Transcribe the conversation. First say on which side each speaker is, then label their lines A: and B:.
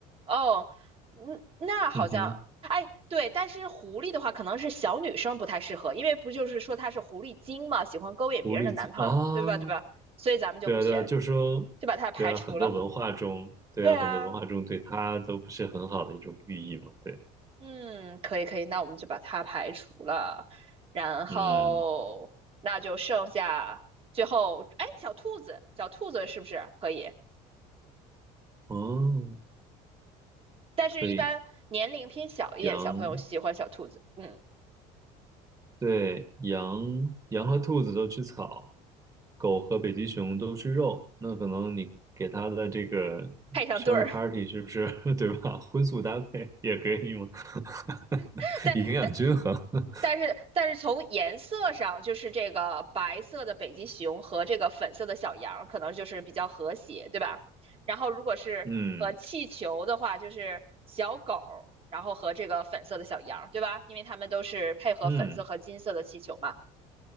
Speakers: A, on the right (about 35°); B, on the right (about 20°).
A: 哦，嗯，那好像，
B: <laughs> 嗯哼，
A: 哎，对，但是狐狸的话，可能是小女生不太适合，因为不就是说它是狐狸精嘛，喜欢勾引别人的男朋友，
B: 狐狸精啊，
A: 对吧？对吧？所以咱们就不选，
B: 对啊对啊，就说对啊，
A: 就把它排除了。
B: 很多文化中，
A: <laughs>
B: 对啊，
A: 对啊，
B: 很多文化中对它都不是很好的一种寓意嘛。对，
A: 嗯，可以可以，那我们就把它排除了，然后那就剩下最后，
B: 嗯，
A: 哎，小兔子，小兔子是不是可以？
B: 哦，
A: 但是，
B: 可以，
A: 一般年龄偏小一点，
B: 羊。
A: 小朋友喜欢小兔子，嗯，
B: 对，羊羊和兔子都吃草，狗和北极熊都吃肉。那可能你给它的这个生日
A: 配上对儿。
B: party 是不是 <laughs> 对吧？荤素搭配也可以吗？<laughs>
A: <laughs> 但但。
B: 营养均衡。<laughs>
A: 但是但是从颜色上，就是这个白色的北极熊和这个粉色的小羊，可能就是比较和谐，对吧？然后如果是和气球的话，
B: 嗯
A: 就是小狗，然后和这个粉色的小羊，对吧？因为它们都是配合粉色和金色的气球嘛。
B: 嗯